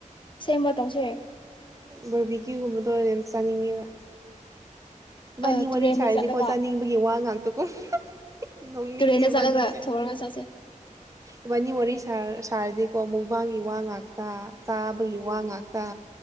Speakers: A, on the left; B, on the right.
A: ꯁꯦꯝꯃ ꯇꯧꯁꯦ
B: ꯕꯔꯕꯤꯀ꯭ꯌꯨ ꯒꯨꯝꯕ ꯇꯧꯔꯗꯤ ꯌꯥꯝ ꯆꯥꯅꯤꯡꯉꯤꯕ ꯏꯕꯥꯅꯤ
A: ꯑ ꯇꯨꯔꯦꯟꯗ
B: ꯋꯥꯔꯤ ꯁꯥꯔꯤꯁꯤꯀꯣ
A: ꯆꯠꯂꯒ
B: ꯆꯥꯅꯤꯡꯕꯒꯤ ꯋꯥ ꯉꯥꯛꯇ ꯀꯨꯝ ꯅꯣꯛꯅꯤꯡꯉꯦ
A: ꯇꯨꯔꯦꯟꯗ
B: ꯏꯕꯥꯅꯤꯁꯦ
A: ꯆꯠꯂꯒ ꯊꯣꯡꯔꯒ ꯆꯥꯁꯦ
B: ꯏꯕꯥꯅꯤ ꯋꯥꯔꯤ ꯁꯥꯔ ꯁꯥꯔꯗꯤꯀꯣ ꯃꯨꯛꯕꯥꯡꯒꯤ ꯋꯥ ꯉꯥꯛꯇ ꯆꯥꯕꯒꯤ ꯋꯥ ꯉꯥꯛꯇ